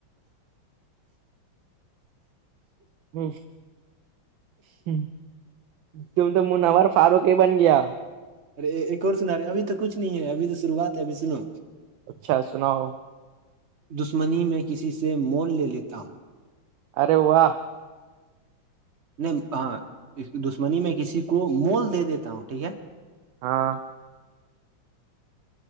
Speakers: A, on the right (about 75°); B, on the right (about 45°).
A: ہ ہ توم تو منار فاروق ہی بن گیا
B: ارے ایک اور سنا رہی ابھی تو کچھ نہیں ہے ابھی تو شروعات ہے ابھی سنو
A: اچھا سناؤ
B: دشمنی میں کسی سے مول لے لیتا ہوں
A: ارے واہ
B: نہیں ہاں دشمنی میں کسی کو مول دے دیتا ہوں ٹھیک ہے
A: ہاں